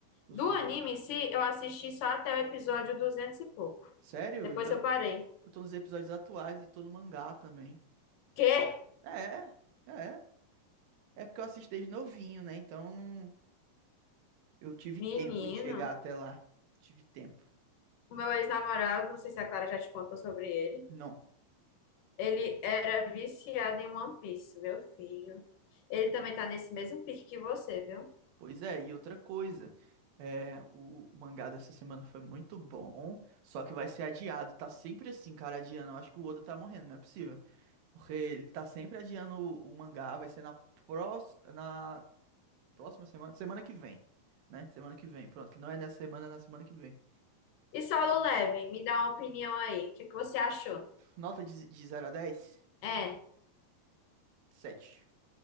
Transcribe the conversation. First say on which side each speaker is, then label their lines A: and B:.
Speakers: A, on the right; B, on the left.
A: os
B: do
A: outros.
B: anime em si, eu assisti só até o episódio 200 e pouco.
A: Sério?
B: Depois
A: Eu já
B: eu parei.
A: eu tô nos episódios atuais e tô no mangá também.
B: Quê?
A: É, é. É É porque eu assisti desde novinho, né? Então não- eu tive
B: Menino,
A: tempo de chegar até lá. Tive tempo.
B: o meu ex-namorado, não sei se a Clara já te contou sobre ele.
A: Não.
B: Ele era viciado em One Piece, meu filho. Ele também tá nesse mesmo pique que você, viu?
A: Pois é, e outra coisa. É, o, o mangá dessa semana foi muito bom, só que vai ser adiado. Tá sempre assim, cara, adiando. Eu acho que o Oda tá morrendo, não é possível. Porque ele tá sempre adiando o, o mangá, vai ser na, prós- na próxima semana, semana que vem, né? Semana que vem, pronto, que não é nessa semana, é na semana que vem.
B: E Solo Leveling, me dá uma opinião aí. O que que você achou?
A: Nota de, de 0 a dez
B: É,
A: sete